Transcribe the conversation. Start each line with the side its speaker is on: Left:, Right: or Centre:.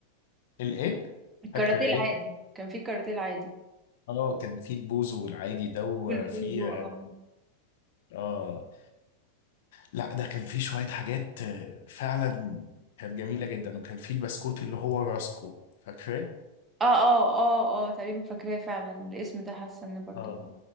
Left: الايه
Right: الكاراتيه
Left: فاكره ايه
Right: العادي كان في الكاراتيه العادي
Left: اه كان في البوزو العادي ده وفي
Right: بالبوزو اه
Left: اه لا ده كان فيه شوية حاجات آه، فعلا كانت جميلة جدا وكان فيه البسكوت اللي هو راسكو فاكراه؟
Right: اه اه اه اه تقريبا فاكراه فعلا الاسم ده حاسه ان برضو
Left: اه